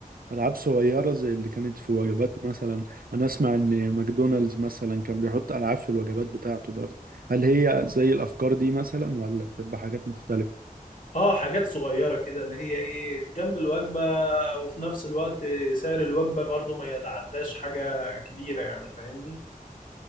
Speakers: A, on the right; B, on the left.
A: ألعاب صغيرة زي اللي كانت في وجبات مثلا أنا أسمع إن ماكدونالدز مثلا كان بيحط ألعاب في الوجبات بتاعته برضه هل هي زي الأفكار دي مثلا ولا بتبقى حاجات مختلفة؟
B: اه حاجات صغيرة كده اللي هي ايه جنب الوجبة وفي نفس الوقت سعر الوجبة برضه ما يتعداش حاجة كبيرة يعني فاهمني